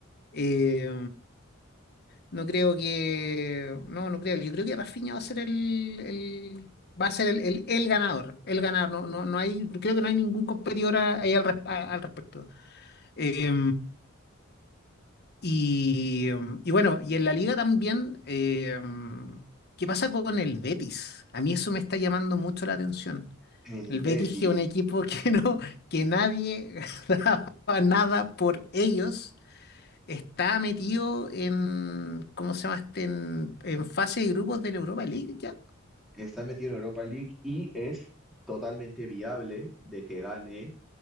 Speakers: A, on the left (about 50°); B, in the centre.
A: eh, no creo que. No, no creo. Yo creo que Rafinha va a ser el, el- va a ser el, el, el ganador. El ganador. No, no, no hay, creo que no hay ningún competidor a- ahí al, res- a- al respecto. Eh, y, em, y bueno, y en la liga también, eh, ¿qué pasa con el Betis? A mí eso me está llamando mucho la atención.
B: El
A: El Betis
B: Betis
A: que es un equipo <laughs> que no, que nadie <laughs> daba nada por ellos está metido en, ¿cómo se llama este? En, en fase de grupos de la Europa League, ya.
B: está metido en Europa League y es totalmente viable de que gane,